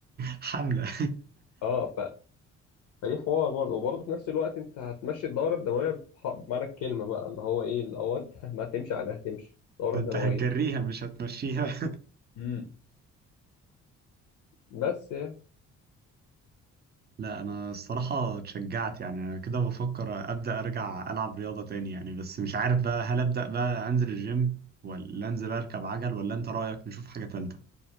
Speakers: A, on the right; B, on the left.
A: حملة
B: اه فدي حوار برضه وبرضه في نفس الوقت انت هتمشي الدورة الدموية بح- بمعنى الكلمة بقى اللي هو ايه اللي هو انت ما تمشي عليها هتمشي
A: <laughs>
B: الدورة
A: ده
B: الدموية
A: انت هتجريها مش هتمشيها <laughs>
B: امم بس يعني
A: لا انا الصراحة اتشجعت يعني انا كده بفكر ابدأ ارجع العب رياضة تاني يعني بس مش عارف بقى هل ابدأ بقى انزل الجيم ولا انزل اركب عجل ولا انت رأيك نشوف حاجة تالتة